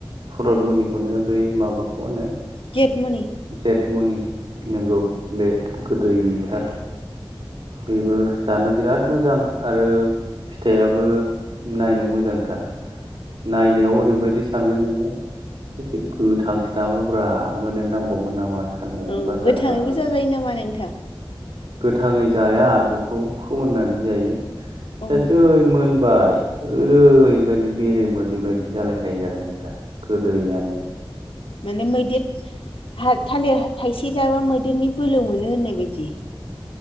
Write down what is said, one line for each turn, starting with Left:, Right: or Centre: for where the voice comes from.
Right: भरतमुनिखौनो बै माबाखौ होनो
Left: गेदमुनि
Right: जेट मुनि नंगौ बे गोदैथार बेबो जानो बिराद मोजां आरो फिथाइयाबो नायनो मोजांथार नायनायाव ओरैबायदि सानगोन नोङो एसे गोथांसो नामाब्रा मोननो नांबावगोन नामा सानगोन
Left: औ
Right: बाजाराव बायबा
Left: <unintelligible> नामा नोंथां
Right: गोथाङै जाया बेखौ फोमोननानै जायो
Left: औ
Right: दा जै मोनबाय ओरैबायदि बेरे मोदै बायदि जालायखायो आरो नोंथां गोदोयानो
Left: माने मैदेर थालिर थाइसे जाबा मैदेरनि बोलो मोनो होननाय बायदि